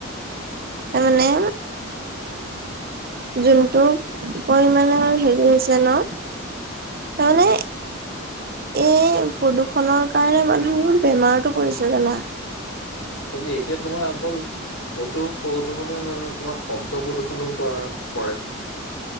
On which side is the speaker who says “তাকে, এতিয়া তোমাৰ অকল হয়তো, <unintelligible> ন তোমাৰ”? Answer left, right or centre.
Left